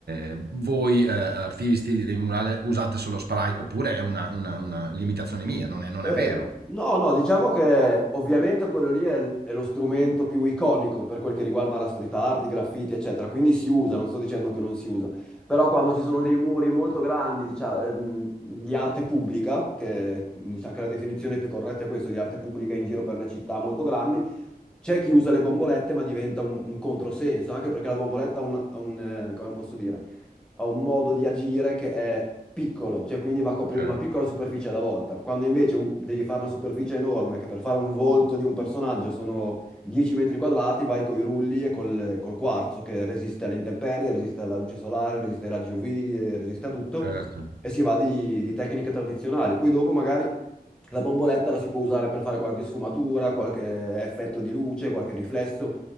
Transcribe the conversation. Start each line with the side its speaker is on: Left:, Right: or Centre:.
Right: eh, voi eh, artisti dei murale usate solo spray, oppure è una, una- una limitazione mia, non è, non
Centre: Eh,
Right: è vero.
Centre: no, no, diciamo che ovviamente quello lì è, è lo strumento più iconico per quel che riguarda la street art, i graffiti, eccetera, quindi si usa, non sto dicendo che non si usa, però quando ci sono dei muri molto grandi, diciamo, ehm, di arte pubblica, che diciamo che la definizione più corretta è questa, di arte pubblica in giro per le città molto grandi, c'è chi usa le bombolette, ma diventa un, un controsenso, anche perché la bomboletta ha un, ha un, eh, come posso dire, ha un modo di agire che è piccolo, cioè quindi va a coprire
Right: Certo,
Centre: una piccola superficie alla volta, quando invece uh, devi fare una superficie enorme, che per fare un volto di un personaggio sono 10 metri quadrati, vai con i rulli e col, col quarzo che resiste alle intemperie, resiste alla luce solare, resiste ai raggi UV, eh, resiste a tutto,
Right: certo.
Centre: e si va di, di tecniche tradizionali. Poi dopo magari... La bomboletta la si può usare per fare qualche sfumatura, qualche effetto di luce, qualche riflesso,